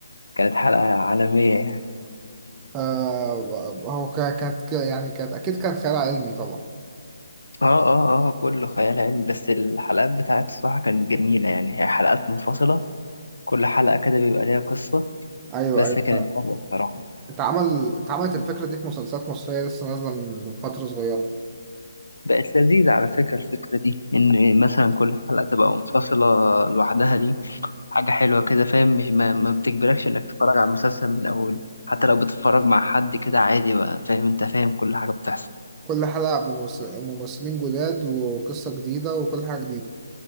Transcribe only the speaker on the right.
آه، هو كا- كانت كا- يعني كانت اكيد كانت خيال علمي طبعا
ايوه
ايوه
اتعمل اتعملت الفكرة دي في مسلسلات مصرية لسه نازلة من فترة صغيرة
كل حلقة بممثل- بممثلين جداد وقصة جديدة وكل حاجة جديدة